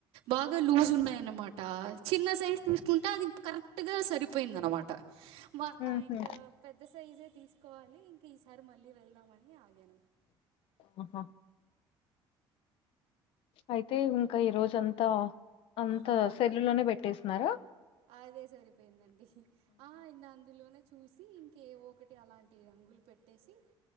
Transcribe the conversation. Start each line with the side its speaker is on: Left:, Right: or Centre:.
Right: బాగా లూజ్ ఉన్నాయినమాట చిన్న సైజ్ తీసుకుంటే అది కరెక్ట్ గా సరిపోయింది అనమాట మా
Left: హుహు.
Right: ఇంకా పెద్ద సైజే తీసుకోవాలి ఇంకా ఈసారి మళ్ళీ వెళ్దామని ఆగాను
Left: ఆహా అయితే ఇంకా ఈ రోజ అంతా అంత
Right: ఆ,
Left: సెల్లులోనే పెట్టేస్తున్నారా
Right: అదే సరిపోయిందండి ఆ, అందులోనే చూసి ఇంకేవో ఒకటి అలాంటి రంగులు పెట్టేసి